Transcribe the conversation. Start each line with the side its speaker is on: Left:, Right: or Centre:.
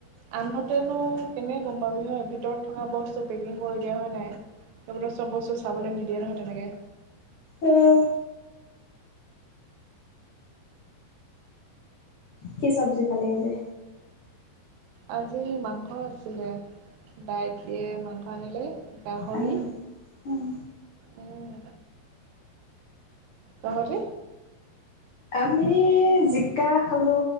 Right: আনোতেনো কেনেকে গম পাবি হয় ভিতৰত থকা বস্তু পেকিং কৰি দিয়ে হয় নাই? সেইবোৰতে চব বস্তু চাবলে নিদিয়ে নহয় তেনেকে।
Left: উম, কি চবজি খালি আজি?
Right: আজি মাংস আছিলে। দাইতিয়ে মাংস আনিলে গাহৰি।
Left: উম, উম।
Right: উম। তহঁতে?
Left: আমি জিকা খালো